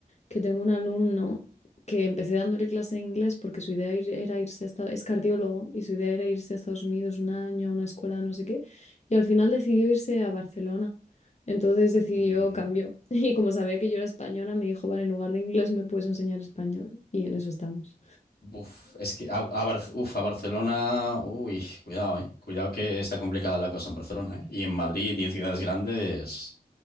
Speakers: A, on the left; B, on the left.
A: que tengo un alumno que empecé dándole clase de inglés porque su idea ir- era irse a Estados Unidos, es cardiólogo y su idea era irse a Estados Unidos un año, a una escuela, de no sé qué, y al final decidió irse a Barcelona. Entonces decidió,
B: Mm,
A: cambió. <laughs> Y como sabía que yo era española, me dijo, vale, en lugar de inglés me puedes enseñar español. Y en eso estamos.
B: Uf, es que a, a Bar- uf, a Barcelona, uy, cuidado, eh. Cuidado que está complicada la cosa en Barcelona, eh. Y en Madrid y en ciudades grandes,